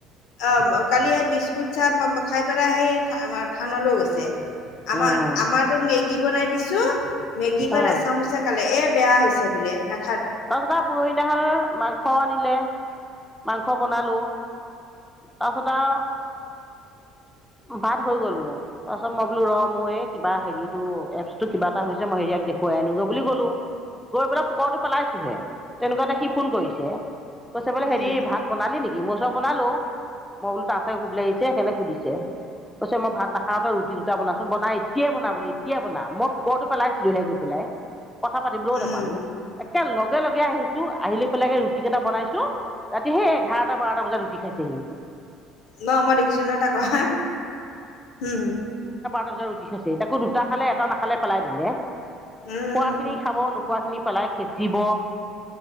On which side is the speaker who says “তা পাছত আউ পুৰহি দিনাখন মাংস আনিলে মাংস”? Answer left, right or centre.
Centre